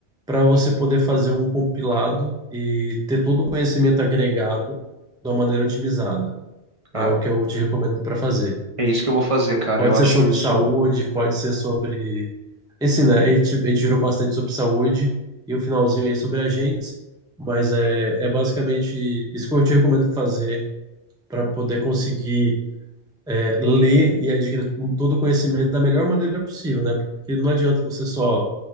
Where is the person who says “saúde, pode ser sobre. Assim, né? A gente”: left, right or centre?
Centre